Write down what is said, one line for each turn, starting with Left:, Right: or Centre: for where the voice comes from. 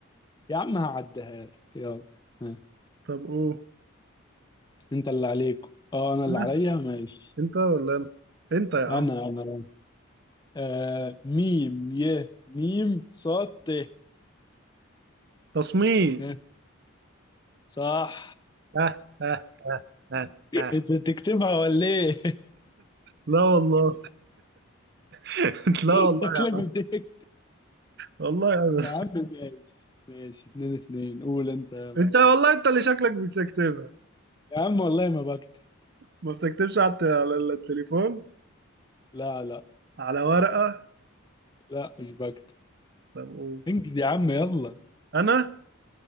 Left: يا عم هعديها لك يلا ها
Right: طب قول
Left: انت اللي عليك اه انا
Right: لا
Left: اللي عليا ماشي
Right: انت ولا انا انت يا
Left: انا
Right: عم
Left: انا آه ميم ي ميم صاد ت
Right: تصميم
Left: ها، صح
Right: ها ها ها ها ها
Left: انت بتكتبها ولا ايه
Right: لا والله <laughs> لا
Left: <laughs>
Right: والله
Left: شكلك بتكتب
Right: والله يا عم.
Left: يا عم ماشي ماشي اتنين اتنين قول انت
Right: انت والله انت اللي شكلك بتكتبها
Left: يا عم والله ما بكتب
Right: ما بتكتبش على الت- على التليفون
Left: لا لا
Right: على ورقة
Left: لا مش بكتب
Right: طب قول
Left: انجز يا عم يلا
Right: انا